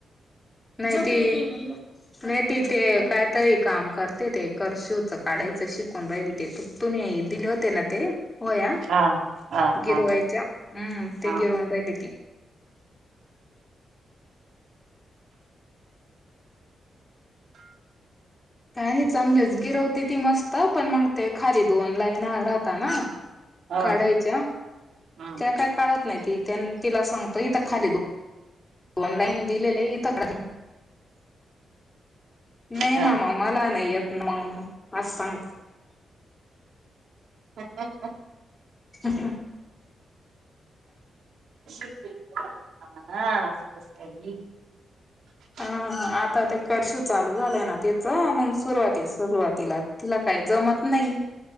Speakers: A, on the left (about 15°); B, on the right (about 70°).
A: नाहीती पण ति ते कायतरी काम करते ते कर शिवच काढायचं शिकून राहिली ते तुम्ही दिले होते ना ते होया
B: हा हा हा
A: गिरवायच्या हम्म ते
B: हा
A: गिरवून राहिली ती काय नाही चांगलेच गिरवते ती मस्त पण मग ते खाली दोन लाईना राहता ना काढायच्या
B: ह हम्म
A: त्या काय काढत नाही ती त्या तिला सांगतो इथं खाली ऑनलाईन दिलेलं इथं का नाही
B: हा
A: ना मग मला नाही येत ना मग आज सांग
B: हा हा हा
A: हचछा
B: स
A: ह आता ते कर्फ्यू चालू झालंय ना तच मग सुरुवाती सुरुवातीला तिला काही जमत नाही